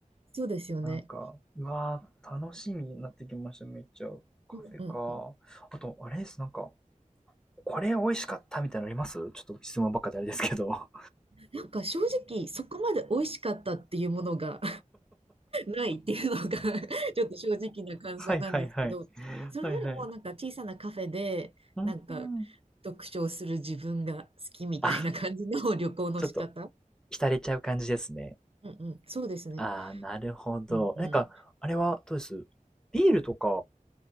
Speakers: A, on the right; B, in the centre.
A: そうですよね。
B: なんか、うわー、楽しみになってきました、めっちゃ。カフェか。
A: うんうんうん。
B: あと、あれです、なんか、これ美味しかったみたいなのありますちょっと質問ばっかであれですけど。<laughs>
A: なんか正直、そこまで美味しかったっていうものがないっていうのが <laughs> ちょっと正直な感想なんですけど、
B: はいはいはい。
A: それよりもなんか小さなカフェでなんか
B: はいはい。うん
A: 読書をする自分が好きみたいな感じの
B: あ、
A: <laughs> 旅行の仕方。
B: ちょっと、浸れちゃう感じですね。
A: うんうん、そうですね。
B: ああ、なるほど。
A: うんうん。
B: なんか、あれはどうですビールとか